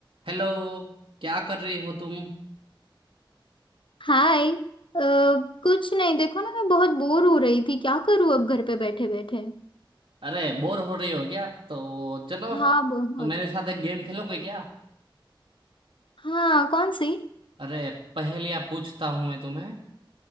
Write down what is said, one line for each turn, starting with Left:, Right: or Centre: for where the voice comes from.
Right: Hello क्या कर रही हो तुम
Left: हाय अ, कुछ नहीं देखो ना मैं बहुत बोर हो रही थी क्या करूँ अब घर पे बैठे बैठे
Right: अरे बोर हो रही हो क्या तो चलो
Left: हाँ बहुत
Right: तो मेरे साथ एक गेम खेलोगे क्या
Left: हाँ कौन सी
Right: अरे पहेलियां पूछता हूं मैं तुम्हें